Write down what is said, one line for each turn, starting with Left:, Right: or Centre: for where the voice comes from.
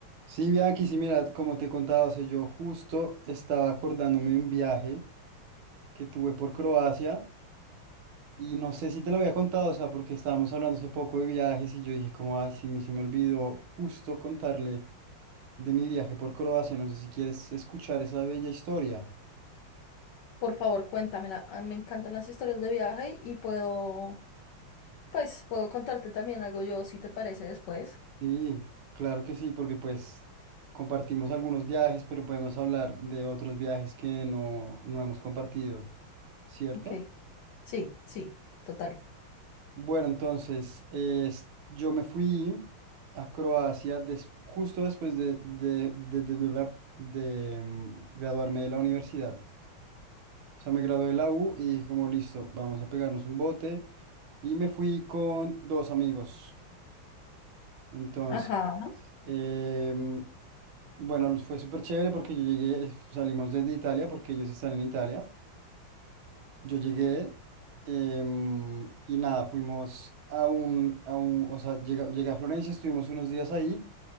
Right: Sí, Bianchi, sí, mira, como te contaba, o sea, yo justo estaba acordándome de un viaje que tuve por Croacia y no sé si te lo había contado, o sea, porque estábamos hablando hace poco de viajes y yo dije como, ay, sí, me- se me olvidó justo contarle de mi viaje por Croacia, no sé si quieres escuchar esa bella historia.
Left: Por favor, cuéntamela. A mí me encantan las historias de viaje y puedo, pues, puedo contarte también algo yo, si te parece, después.
Right: Sí, claro que sí, porque pues compartimos algunos viajes, pero podemos hablar de otros viajes que no, no hemos compartido, ¿cierto?
Left: Ok. Sí, sí, total.
Right: Bueno, entonces, es- yo me fui a Croacia des- justo después de, de, de, de- de la- de, mm, graduarme de la universidad. O sea, me gradué de la U y dije como, listo, vamos a pegarnos un bote. Y me fui con dos amigos. Entonces,
Left: Ajá.
Right: em, bueno, fue súper chévere porque yo llegué, salimos desde Italia porque ellos están en Italia. Yo llegué em, y nada, fuimos a un, a un, o sea, llega- llegué a Florencia, estuvimos unos días ahí